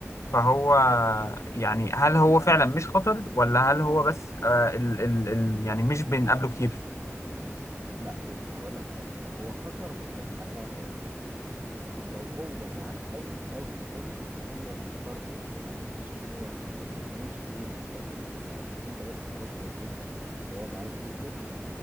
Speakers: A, on the left (about 70°); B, on the right (about 40°).
A: فهو يعني هل هو فعلا مش خطر ولا هل هو بس آه ال ال ال يعني مش بنقابله كتير
B: لا بص هقول لك حاجه هو خطر بس هو في حاله واحده بس لو هو جعان قوي قوي قوي فهو مضطر يهجم عليك عشان هو ما قداموش غيرك ياكله يعني انت بس خلاص وجبته وهو جعان جدا